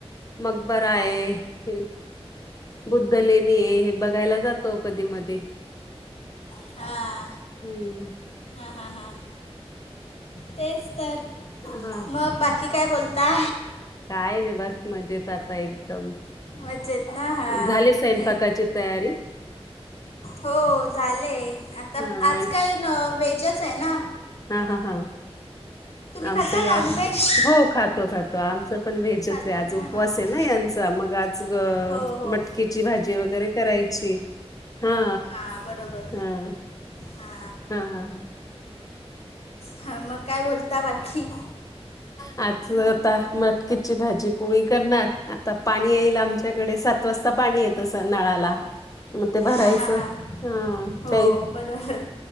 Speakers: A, on the left (about 35°); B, on the left (about 70°).
A: मकबरा आहे बुद्धलेनी आहे हे बघायला जातो कधी मध्ये.
B: हां
A: हम्म
B: हां हां हां. तेच तर
A: हा
B: मग बाकी काय बोलता?
A: काय नाय बस मज्जेत आता एकदम.
B: मजेत ना हां
A: झाले स्वयंपाकाची तयारी?
B: हो झालेय आता
A: हा
B: आज काय न वेजच आहे ना.
A: हा हा हा
B: तुम्ही
A: आमचं
B: खाता
A: या
B: नॉनव्हेज
A: हो खातो-खातो आमचं पण वेजच
B: खातात
A: आज
B: ना
A: उपवास
B: हां हां
A: आहे ना यांचा मग आज गं
B: हो हो
A: मटकीची भा जी वगैरे करायची. हा
B: हा बरोबर.
A: हा
B: हां
A: हा.
B: हा मग काय बोलता बाकी?
A: आज आता मटकीची भाजी पोळी करणार आता पाणी येईल आमच्याकडे सात वाजता पाणी येतं स नळाला मग ते भरायचं
B: हां हां हां
A: ह
B: हो
A: प्याय
B: बरोबर